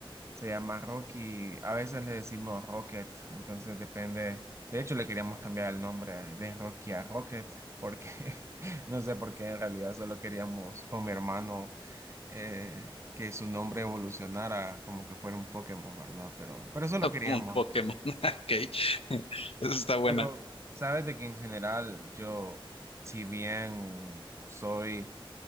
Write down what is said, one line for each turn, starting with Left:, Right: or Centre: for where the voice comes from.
Right: Se llama Rocky, a veces le decimos Rocket, entonces depende. De hecho, le queríamos cambiar el nombre de Rocky a Rocket, porque <laughs> no sé por qué en realidad solo queríamos con mi hermano eh, que su nombre evolucionara como que fuera un Pokémon, ¿verdad? Pero, pero eso
Left: <laughs>
Right: lo
Left: no,
Right: queríamos.
Left: como un Pokémon. <laughs> Ok, <laughs> eso está buena.
Right: Pero sabes de que en general yo, si bien soy